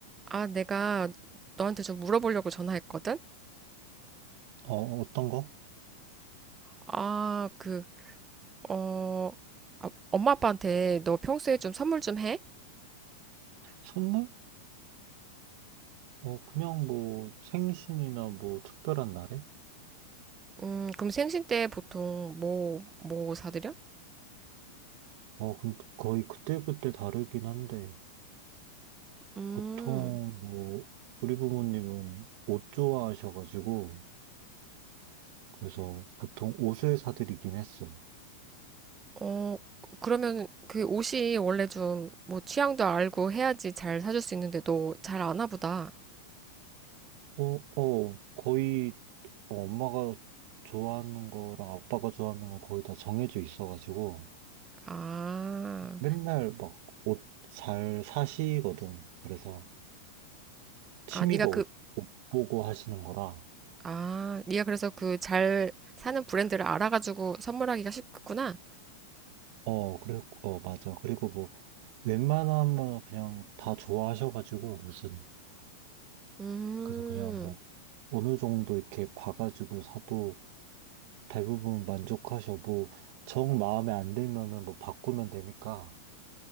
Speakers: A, on the right; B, on the right.
A: 아, 내가 너한테 좀 물어보려고 전화했거든?
B: 어, 어떤 거?
A: 아, 그, 어, 아, 엄마 아빠한테 너 평소에 좀 선물 좀 해?
B: 선물? 어, 그냥 뭐 생신이나 뭐 특별한 날에?
A: 음, 그럼 생신 때 보통 뭐, 뭐 사드려?
B: 어, 근데 거의 그때그때 다르긴 한데
A: 음,
B: 보통 뭐 우리 부모님은 옷 좋아하셔가지고 그래서 보통 옷을 사드리긴 했어.
A: 어, 그러면 그 옷이 원래 좀 뭐 취향도 알고 해야지 잘 사줄 수 있는데 너 잘 아나 보다.
B: 어, 어, 거의 어, 엄마가 좋아하는 거랑 아빠가 좋아하는 거 거의 다 정해져 있어가지고
A: 아,
B: 맨날 막 옷 잘 사시거든. 그래서 취미가
A: 아, 네가 그,
B: 옷, 옷 보고 하시는 거라.
A: 아, 네가 그래서 그 잘 사는 브랜드를 알아가지고 선물하기가 쉽구나.
B: 어, 그래, 어, 맞아. 그리고 뭐, 웬만하면 그냥 다 좋아하셔가지고, 무슨,
A: 음.
B: 그래서 그냥 뭐, 어느 정도 이렇게 봐가지고 사도 대부분 만족하셔. 뭐, 정 마음에 안 들면은 뭐, 바꾸면 되니까.